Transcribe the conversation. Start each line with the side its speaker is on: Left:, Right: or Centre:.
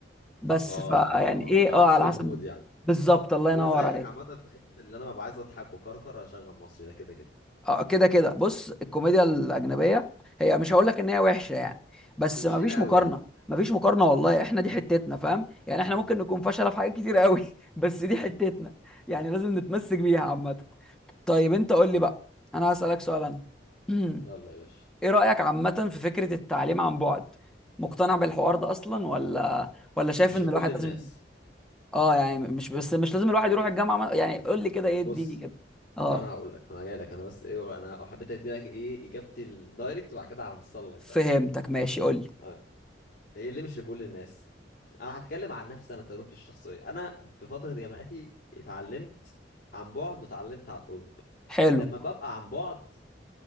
Centre: بس
Left: اه
Centre: فيعني
Left: اه
Centre: ايه
Left: اه على
Centre: اه
Left: حسب
Centre: على
Left: المود
Centre: حسب
Left: يعني
Centre: بالظبط الله ينور
Left: انا زيك
Centre: عليك
Left: عامه في حته اللي انا ببقى عايز اضحك وكركر اشغل مصري ده كده كده
Centre: اه كده كده بص الكوميديا الاجنبيه هي مش هقول لك ان هي وحشه يعني بس
Left: بس مش
Centre: ما
Left: لينا
Centre: فيش مقارنه
Left: قوي يعني
Centre: ما فيش مقارنه والله احنا دي حتتنا
Left: مم.
Centre: فاهم يعني احنا
Left: مم.
Centre: ممكن نكون فشله في حاجات كتير قوي <laughs> بس دي حتتنا يعني لازم نتمسك بيها عامه طيب انت قول
Left: صح
Centre: لي بقى انا هسالك سؤال انا <clears throat>
Left: يلا يا باشا
Centre: ايه رايك عامه في فكره التعليم عن بعد مقتنع بالحوار ده اصلا ولا ولا شايف
Left: مش
Centre: ان
Left: لكل
Centre: الواحد
Left: الناس
Centre: لازم اه يعني مش بس مش لازم الواحد يروح الجامعه يعني قول لي كده ايه اديني
Left: بص
Centre: كده اه
Left: انا هقول لك انا جاي لك انا بس ايه انا حبيت ادي لك ايه اجابتي الدايركت وبعد كده هوصل لك
Centre: فهمتك
Left: بقى الدنيا
Centre: ماشي قول لي
Left: آه. هي ليه مش لكل الناس انا هتكلم عن نفسي انا تجربتي الشخصيه انا في فتره جامعتي اتعلمت عن بعد واتعلمت عن قرب
Centre: حلو
Left: لما ببقى عن بعد